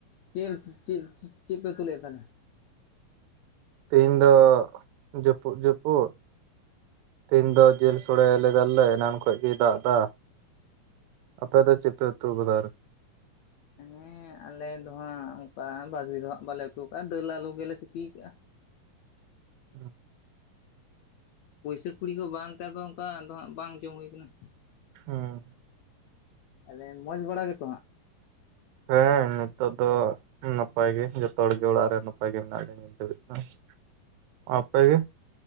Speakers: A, on the left (about 80°); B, on the right (about 85°).
A: ᱪᱮᱫ ᱪᱮᱫ ᱪᱮᱫ ᱯᱮ ᱩᱛᱩ ᱞᱮᱜ-ᱟ ᱛᱟᱦᱚᱞᱮ?
B: ᱛᱤᱦᱤᱧ ᱫᱚ ᱡᱟᱹᱯᱩᱫ ᱡᱟᱹᱯᱩᱫ᱾ ᱛᱤᱦᱤᱧ ᱫᱚ ᱡᱤᱞ ᱥᱳᱲᱮᱭᱟ ᱞᱮᱫᱟᱞᱮ ᱮᱱᱟᱱ ᱠᱷᱚᱡ ᱜᱮ ᱫᱟᱜ ᱮᱫᱟ᱾ ᱟᱯᱮ ᱫᱚ ᱪᱮᱫ ᱯᱮ ᱩᱛᱩ ᱠᱟᱫᱟ ᱟᱨ?
A: ᱦᱮᱸ ᱟᱞᱮ ᱫᱚ ᱦᱟᱸᱜ ᱚᱱᱠᱟ ᱵᱷᱟᱜᱮ ᱫᱚ ᱦᱟᱸᱜ ᱵᱟᱞᱮ ᱩᱛᱩ ᱟᱠᱟᱜᱼᱟ, ᱫᱟᱹᱞ ᱟᱞᱚ ᱜᱮᱞᱮ ᱥᱤᱯᱤ ᱟᱠᱟᱜᱼᱟ᱾
B: <inaudible>
A: ᱯᱩᱭᱥᱟ ᱠᱩᱲᱤ ᱠᱚ ᱵᱟᱝ ᱛᱮ ᱟᱫᱚ ᱚᱱᱠᱟ ᱟᱫᱚ ᱦᱟᱸᱜ ᱵᱟᱝ ᱡᱚᱢ ᱦᱩᱭ ᱠᱟᱱᱟ᱾
B: ᱦᱩᱸ <unintelligible>
A: ᱟᱞᱮ ᱢᱚᱡᱽ ᱵᱟᱲᱟ ᱜᱮᱛᱚ ᱦᱟᱸᱜ?
B: ᱦᱮᱸ ᱱᱤᱛᱚᱜ ᱫᱚ ᱱᱟᱯᱟᱭ ᱜᱮ ᱡᱚᱛᱚ ᱦᱚᱲ ᱜᱮ ᱚᱲᱟᱜ ᱨᱮ ᱱᱟᱯᱟᱭ ᱜᱮ ᱢᱮᱱᱟᱜ ᱞᱤᱧᱟᱹ᱾ <unintelligible> ᱟᱯᱮ ᱜᱮ?